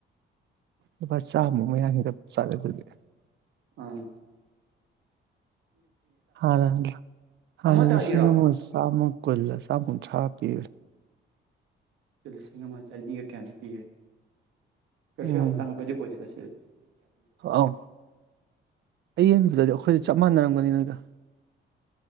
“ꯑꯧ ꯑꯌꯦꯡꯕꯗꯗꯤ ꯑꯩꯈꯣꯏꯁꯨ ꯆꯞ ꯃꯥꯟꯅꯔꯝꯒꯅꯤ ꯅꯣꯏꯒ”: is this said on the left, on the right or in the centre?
Right